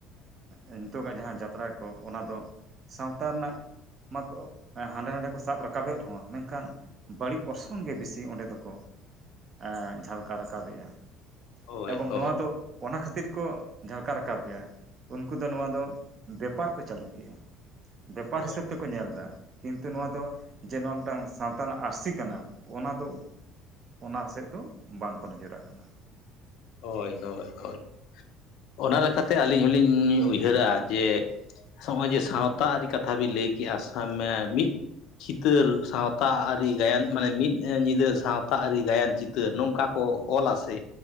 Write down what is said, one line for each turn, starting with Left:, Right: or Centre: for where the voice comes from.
Right: ᱮᱸ ᱱᱤᱛᱚᱜᱟᱜ ᱡᱟᱦᱟᱸ ᱡᱟᱛᱨᱟ ᱠᱚ ᱚᱱᱟ ᱫᱚ ᱥᱟᱶᱛᱟ ᱨᱮᱱᱟᱜ ᱢᱟᱠᱚ ᱦᱟᱸᱰᱮ ᱱᱟᱰᱮ ᱠᱚ ᱥᱟᱵ ᱨᱟᱠᱟᱵᱮᱫ ᱨᱮᱦᱚᱸ ᱢᱮᱱᱠᱷᱟᱱ ᱵᱟᱹᱲᱤᱡ ᱚᱨᱥᱚᱝ ᱜᱮ ᱵᱤᱥᱤ ᱚᱸᱰᱮ ᱫᱚᱠᱚ ᱟᱻ ᱡᱷᱟᱞᱠᱟ ᱨᱟᱠᱟᱵᱮᱜᱼᱟ
Left: ᱦᱳᱭ
Right: ᱮᱵᱚᱝ
Left: ᱦᱳᱭ ᱦᱳᱭ
Right: ᱱᱚᱣᱟ ᱫᱚ ᱚᱱᱟ ᱠᱷᱟᱹᱛᱤᱨ ᱠᱚ ᱡᱷᱟᱞᱠᱟᱣ ᱨᱟᱠᱟᱵᱮᱜᱼᱟ ᱩᱱᱠᱩ ᱫᱚ ᱱᱚᱣᱟ ᱫᱚ ᱵᱮᱯᱟᱨ ᱠᱚ ᱪᱟᱹᱞᱩ ᱠᱮᱜᱼᱟ ᱵᱮᱯᱟᱨ
Left: ᱦᱳᱭ
Right: ᱦᱤᱥᱟᱹᱵ ᱛᱮᱠᱚ ᱧᱮᱞ ᱫᱟ ᱠᱤᱱᱛᱩ ᱱᱚᱣᱟ ᱫᱚ ᱡᱮ ᱱᱚᱣᱟ ᱢᱤᱫᱴᱟᱝ ᱥᱟᱶᱛᱟ ᱨᱮᱱᱟᱜ ᱟᱹᱨᱥᱤ ᱠᱟᱱᱟ ᱚᱱᱟ ᱫᱚ ᱚᱱᱟ ᱥᱮᱫ ᱫᱚ ᱵᱟᱝ ᱠᱚ ᱱᱚᱡᱚᱨᱟᱜ ᱠᱟᱱᱟ
Left: ᱦᱳᱭ ᱦᱳᱭ ᱦᱳᱭ ᱚᱱᱟ ᱞᱮᱠᱟᱛᱮ ᱟᱹᱞᱤᱧ ᱦᱚᱞᱤᱧ ᱩᱭᱦᱟᱹᱨᱟ ᱡᱮ ᱥᱚᱜᱼᱚᱭ ᱡᱮ ᱥᱟᱶᱛᱟ ᱟᱹᱨᱤ ᱠᱟᱛᱷᱟ ᱵᱤᱱ ᱞᱟᱹᱭ ᱠᱮᱜᱼᱟ ᱥᱟᱵ ᱢᱮ ᱢᱤᱫ ᱪᱤᱛᱟᱹᱨ ᱥᱟᱶᱛᱟ ᱟᱹᱨᱤ ᱜᱟᱭᱟᱱ ᱢᱟᱱᱮ ᱢᱤᱫ ᱧᱤᱫᱟᱹ ᱥᱟᱶᱛᱟ ᱟᱹᱨᱤ ᱜᱟᱭᱟᱱ ᱪᱤᱛ ᱤᱛᱟᱹ ᱱᱚᱝᱠᱟ ᱠᱚ ᱚᱞᱟ ᱥᱮ